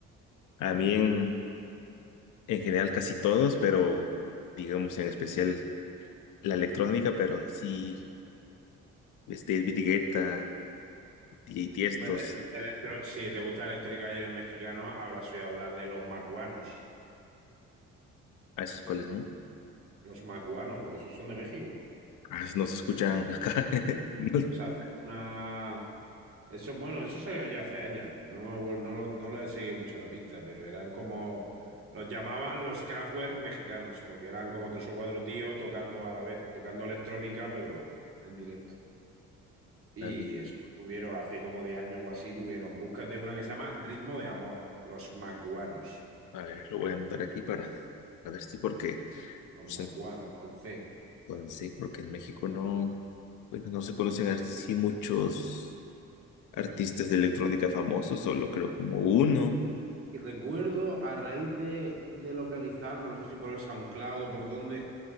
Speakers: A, on the left (about 85°); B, on the right (about 45°).
A: A mí en, en general casi todos, pero digamos en especial la electrónica, pero sí, este, David Guetta, DJ Tiestos,
B: Hombre, del- del electro- si te gusta el electrónica y eres mexicano, habrás oído hablar de los macuanos.
A: a esos cuales, ¿no?
B: Los macuanos, pues esos son de México.
A: A esos no se escuchan acá. <laughs> No,
B: Se hace una... Eso, bueno, eso salieron ya hace años. No, no, lo, no lo he seguido mucho la pista, pero eran como... Los llamaban los Kraftwerk mexicanos, porque eran como tres o cuatro tíos tocando a la vez, tocando electrónica, pero en directo. Y
A: a mí
B: eso tuvieron hace como 10 años o así, tuvieron. Búscate una que se llama Ritmo de Amor, los macuanos.
A: A ver, lo voy a anotar aquí para a ver si porque
B: Los
A: sí,
B: macuanos con C.
A: pues sí, porque en México no, bueno, no se conocen así muchos artistas de electrónica famosos, solo creo como uno.
B: Y recuerdo a raíz de, de localizarlo, no sé si por el SoundCloud o por dónde,